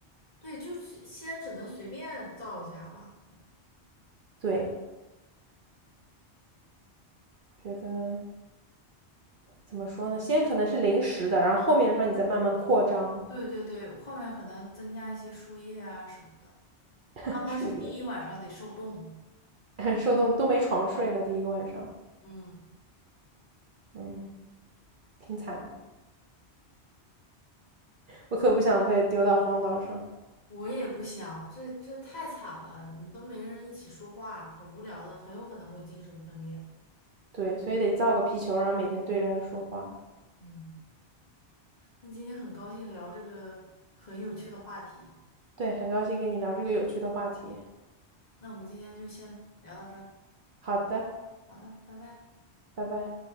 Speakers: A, on the left (about 40°); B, on the right (about 55°).
A: 对，就是先只能随便造一下吧。
B: 对，觉得怎么说呢？先可能是临时的，然后后面，然后你再慢慢扩张。
A: 对对对，后面可能增加一些树叶啊什么的。
B: <laughs>
A: 刚开始第一晚上得受冻，
B: 树叶很 <laughs> 受冻，都没床睡呢。第一个晚上，
A: 嗯，
B: 嗯，挺惨的。我可不想被丢到荒岛上。
A: 我也不想，这这太惨了，你都没人一起说话，很无聊的，很有可能会精神分裂。
B: 对，所以得造个皮球，然后每天对着它说话。
A: 嗯。那今天很高兴聊这个很有趣的话题，
B: 对，很高兴跟你聊这个有趣的话题。
A: 那我们今天就先聊到这儿
B: 好的，
A: 好的，拜拜。
B: 拜拜。